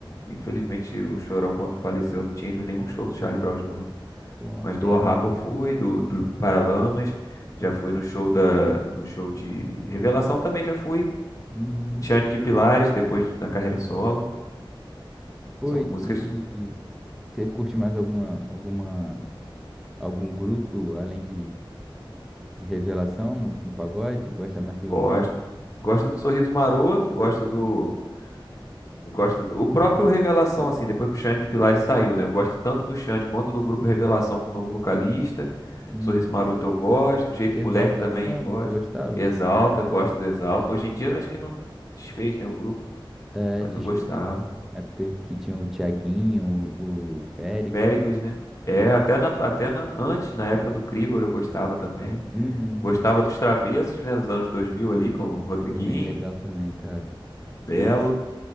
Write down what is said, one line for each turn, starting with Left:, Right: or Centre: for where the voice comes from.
Left: Infelizmente o Chorão quando faleceu não tinha ido em nenhum show do Charlie Brown Jr.
Centre: Pô, uma
Left: Mas do
Centre: pena.
Left: Rapa
Centre: né?
Left: eu fui, do, do Paralamas, já fui no show da, no show de Revelação também já fui.
Centre: Uhum.
Left: Xande de Pilares, depois de- da carreira solo.
Centre: Pô,
Left: São
Centre: e
Left: músicas que
Centre: e você curte mais alguma, alguma, algum grupo além de, de Revelação no, no pagode? Gosta mais do.
Left: gosto. Gosto do Sorriso Maroto, gosto
Centre: Uhum.
Left: do. Gosto do, o próprio Revelação, assim, depois que o Xande de Pilares saiu, né? Eu gosto tanto do Xande quanto do grupo Revelação com o novo vocalista.
Centre: Uhum.
Left: Sorriso Maroto eu gosto, Jeito
Centre: Exalta
Left: Moleque também
Centre: Samba,
Left: eu gosto.
Centre: tu gostava?
Left: Exalta, eu gosto do Exalta. Hoje em dia eu acho que não desfez, né, o grupo,
Centre: É,
Left: mas
Centre: desfeito.
Left: eu gostava.
Centre: Na época que tinha o Thiaguinho, o, o Péricles.
Left: Péricles, né? É, até, na, até na, antes, na época do Krigor, eu gostava também.
Centre: Uhum.
Left: Gostava dos Travessos, né? Nos anos 2000 ali, com o Rodriguinho,
Centre: Pô, bem legal também, cara.
Left: Belo.